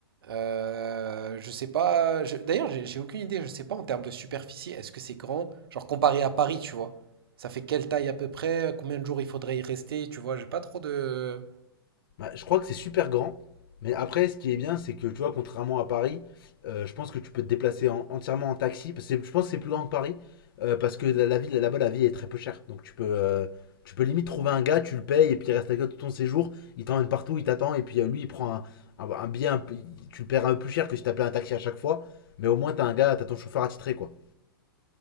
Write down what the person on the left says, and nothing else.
Bah, je crois que c'est super grand, mais après, ce qui est bien, c'est que tu vois, contrairement à Paris, euh, je pense que tu peux te déplacer en- entièrement en taxi. parce que c'est- je pense que c'est plus grand que Paris, euh, parce que la, la ville là-bas, la vie est très peu chère. Donc tu peux, euh, tu peux limite trouver un gars, tu le payes, et puis il reste avec toi tout ton séjour, il t'emmène partout, il t'attend, et puis euh, lui, il prend un, un- un billet, un peu- tu le paieras un peu plus cher que si t'appelais un taxi à chaque fois, mais au moins t'as un gars, t'as ton chauffeur attitré, quoi.